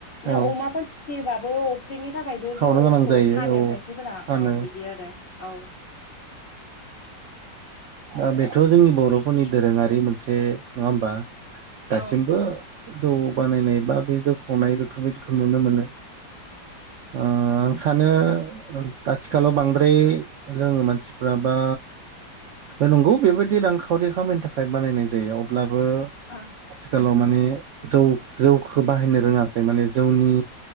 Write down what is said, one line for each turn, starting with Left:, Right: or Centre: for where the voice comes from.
Left: बि
Right: औ
Left: अमाफोर फिसियोबाबो फुख्रिनि थाखायबो
Right: खावनो
Left: जौखौ
Right: गोनां जायो
Left: फानो
Right: औ
Left: खायसेफोरा
Right: फानो
Left: औ बिदि आरो औ।
Right: दा बेथ जोंनि बरफोरनि दोरोङारि मोनसे नङा होमबा? दासिमबो
Left: औ
Right: जौ बानायनाय बा बे जौ खावनाय बेफोरबायदिखौ नुनो मोनो । ओ आं सानो आथिखालाव बांद्राय लोङो मानसिफ्रा बा नंगौ बेबायदि रांखावरि खामायनो थाखाय बानायनाय जायो अब्लाबो
Left: औ
Right: आथिखालाव मान माने जौ जौखौ बाहायनो रोङाखै माने जौनि